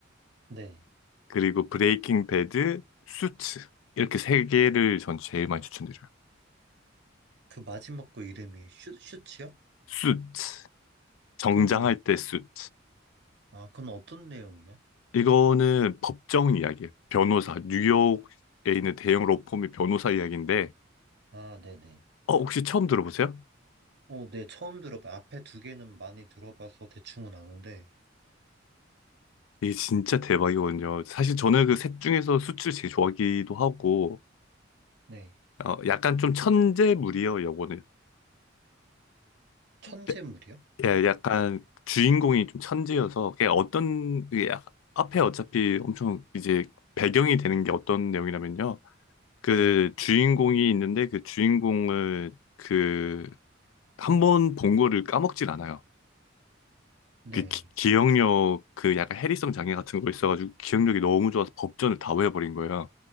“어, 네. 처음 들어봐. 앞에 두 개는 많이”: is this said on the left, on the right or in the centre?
Right